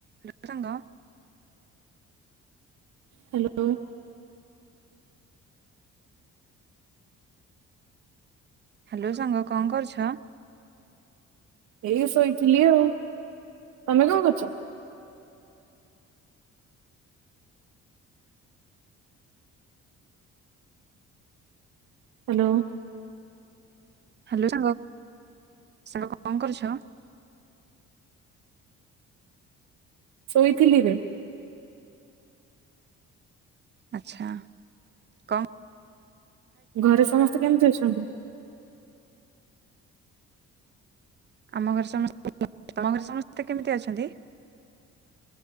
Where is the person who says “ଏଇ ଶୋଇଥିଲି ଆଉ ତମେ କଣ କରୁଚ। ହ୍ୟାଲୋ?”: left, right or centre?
Right